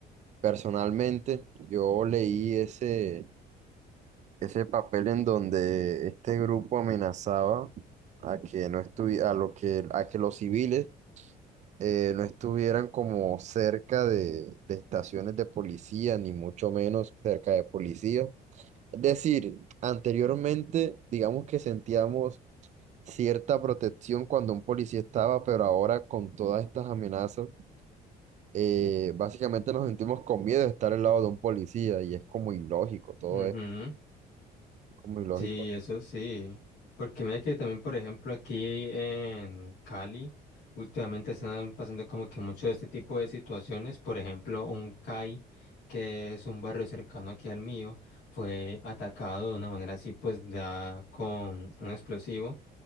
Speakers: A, on the right; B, on the left.
A: personalmente yo leí ese, ese papel en donde este grupo amenazaba a que no estuvi- a lo que, a que los civiles eh, no estuvieran como cerca de, de estaciones de policía, ni mucho menos cerca de policía. Es decir, anteriormente, digamos que sentíamos cierta protección cuando un policía estaba, pero ahora con todas estas amenazas, eh, básicamente nos sentimos con miedo de estar al lado de un policía y es como ilógico, todo
B: Ujú.
A: es como ilógico.
B: Sí, eso sí. Porque mira que también, por ejemplo, aquí en Cali, últimamente están pasando como que mucho de este tipo de situaciones. Por ejemplo, un CAI, que es un barrio cercano aquí al mío, fue atacado de una manera así, pues da con un explosivo.